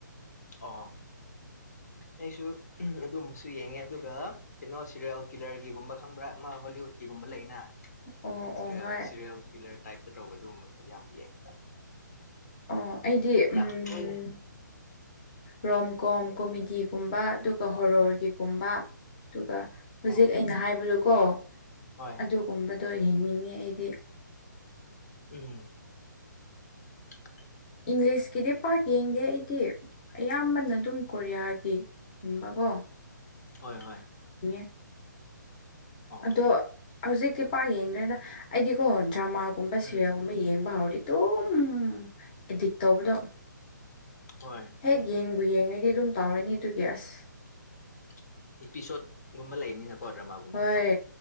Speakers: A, on the left; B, on the left.
A: ꯑꯣ ꯑꯩꯁꯨ ꯑꯗꯨꯝꯕꯁꯨ ꯌꯦꯡꯉꯦ ꯑꯗꯨꯒ ꯀꯩꯅꯣ ꯁꯤꯔꯤꯌꯦꯜ ꯀꯤꯂꯔꯒꯤꯒꯨꯝꯕ ꯈꯪꯕ꯭ꯔꯥ ꯑꯃ ꯍꯣꯂꯤꯋꯨꯗꯀꯤꯒꯨꯝꯕ ꯂꯩꯅ
B: ꯑꯣ
A: ꯁꯤꯔꯤꯌꯦꯜ
B: ꯑꯣ ꯍꯣꯏ
A: ꯁꯤꯔꯤꯌꯦꯜ ꯀꯤꯂꯔ ꯇꯥꯏꯞꯇ ꯇꯧꯕ ꯑꯗꯨꯒꯨꯝꯕꯗꯣ ꯌꯥꯝꯕ ꯌꯥꯏ
B: ꯑꯣ ꯑꯩꯗꯤ
A: ꯌꯥꯝ
B: ꯎꯝ
A: ꯇꯣꯏꯅ
B: ꯔꯣꯝ ꯒꯣꯝ ꯀꯣꯃꯦꯗꯤꯒꯨꯝꯕ ꯑꯗꯨꯒ ꯍꯣꯔꯣꯔꯒꯤꯒꯨꯝꯕ ꯑꯗꯨꯒ ꯍꯧꯖꯤꯛ
A: ꯑꯣ
B: ꯑꯩꯅ ꯍꯥꯏꯕꯗꯨꯀꯣ
A: ꯍꯣꯏ
B: ꯑꯗꯨꯒꯨꯝꯕꯗꯣ ꯌꯦꯡꯅꯤꯡꯉꯤ ꯑꯩꯗꯤ
A: ꯎꯝ <unintelligible>
B: ꯏꯪꯂꯤꯁꯀꯤꯗꯤ ꯄꯥꯛ ꯌꯦꯡꯗꯦ ꯑꯩꯗꯤ ꯑꯌꯥꯝꯕꯅ ꯑꯗꯨꯝ ꯀꯣꯔꯤꯌꯥꯒꯤꯒꯨꯝꯕꯀꯣ
A: ꯍꯣꯏ ꯍꯣꯏ꯫
B: <unintelligible>
A: ꯑꯣ
B: ꯑꯗꯣ ꯍꯧꯖꯤꯛꯇꯤ ꯄꯥꯛ ꯌꯦꯡꯗ꯭ꯔꯔꯤꯗ ꯑꯩꯗꯤꯀꯣ ꯗ꯭ꯔꯃꯥꯒꯨꯝꯕ ꯁꯔꯤꯌꯦꯜꯒꯨꯝꯕ
A: ꯎꯝ
B: ꯌꯦꯡꯕ ꯍꯧꯔꯤ꯫ ꯑꯗꯨꯝ ꯑꯦꯗꯤꯛ ꯇꯧꯕꯗꯣ
A: ꯍꯣꯏ
B: ꯍꯦꯛ ꯌꯦꯡꯕꯨ ꯌꯦꯡꯉꯗꯤ ꯑꯗꯨꯝ ꯇꯧꯔꯅꯤ ꯑꯗꯨꯒꯤ ꯑꯁ
A: <unintelligible> ꯏꯄꯤꯁꯣꯠꯀꯨꯝꯕ ꯂꯩꯕꯅꯤꯅꯀꯣ ꯗ꯭ꯔꯃꯥꯒꯨꯝꯗꯤꯀꯣ
B: ꯍꯣꯏ